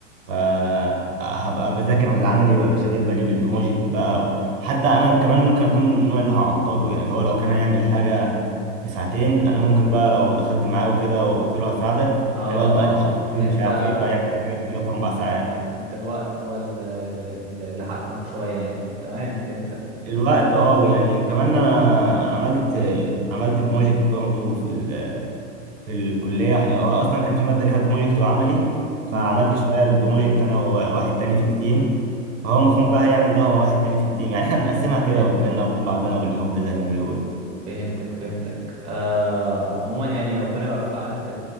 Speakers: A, on the right (about 75°); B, on the right (about 15°).
A: فهبقى بذاكر العملي ولا شاغل بالي بالبروجكت بقى حتى انا كمان ممكن اكون من النوع اللي هعطله يعني هو لو كان هيعمل حاجه في ساعتين انا ممكن بقى لو دخلت معاه وكده وقلت له هساعدك
B: اه
A: هيقعد
B: اه
A: بقى يشتكي
B: انت
A: ومش عارف ايه فهيعمل حاجه في ثلاث اربع ساعات
B: انت الوقت هو ال- ال- اللي حاكمك شوية يعني تمام فهمتك
A: الوقت اه يعني كمان انا عملت عملت بروجكت برضه في ال في الكلية إحنا- هو أصلا كان في مادة ليها بروجكت وعملي فعملت
B: امم
A: شوية البروجكت أنا وواحد تاني في التيم فهو المفروض بقى هيعمل ده هو واحد تاني في التيم يعني إحنا بنقسمها كده
B: فهمتك
A: بينا وبين بعضنا بالحب زي ما بيقول
B: فهمتك فهمتك آه عموما يعني ربنا يوفقك في